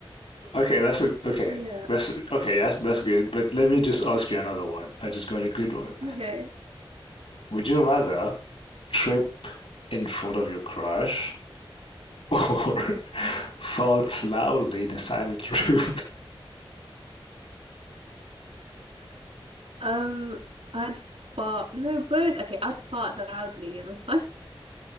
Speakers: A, on the left (about 80°); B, on the right (about 85°).
A: Okay, that's a, okay.
B: Yeah.
A: That's a, okay, that's that's good. But let me just ask you another one. I just got a good one.
B: Okay.
A: Would you rather trip in front of your crush or <laughs> fart loudly in a silent room?
B: Um, I'd fart. No, both. Okay, I'd fart loudly and I was like,